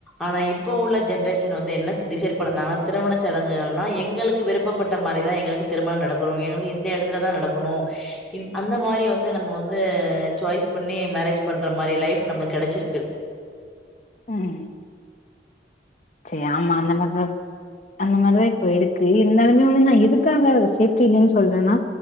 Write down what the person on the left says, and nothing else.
ம் செரி ஆமா அந்த மாரி தா அந்த மாரி தா இப்ப இருக்கு இருந்தாலுமே வந்து நான் எதுக்காக சேஃப்டி இல்லைன்னு சொல்றேன்னா